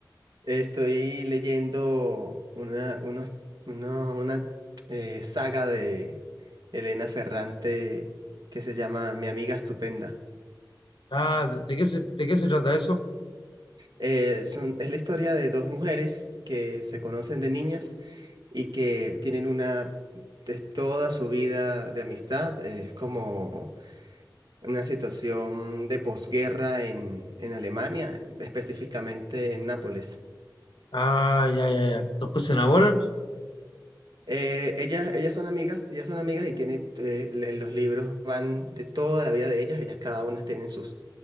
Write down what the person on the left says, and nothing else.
Ah, ¿de, de qué se, de qué se trata eso?
Ah, ya, ya, ya. ¿Después se enamoran?